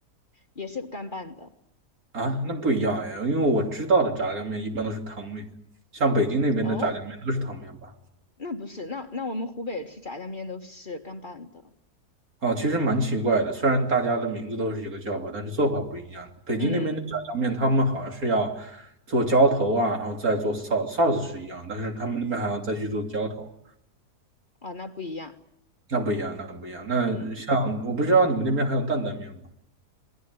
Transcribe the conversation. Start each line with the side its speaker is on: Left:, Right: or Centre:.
Left: 也是干拌的。
Right: 啊，那不一样哎，因为我知道的炸酱面一般都是汤面，像北京那边的炸酱面都是汤面吧？
Left: 哦，那不是，那那我们湖北吃炸酱面都是干拌的，
Right: 哦，其实蛮奇怪的，虽然大家的名字都是一个叫法，但是做法不一样。北京那边的炸酱面，
Left: 嗯，
Right: 他们好像是要做浇头啊，然后再做臊 a u c 是一样，但是他们那边还要再去做浇头，
Left: 啊，那不一样，
Right: 那不一样，那不一样。那像我不知道你们那边还有担担面吗？
Left: 嗯。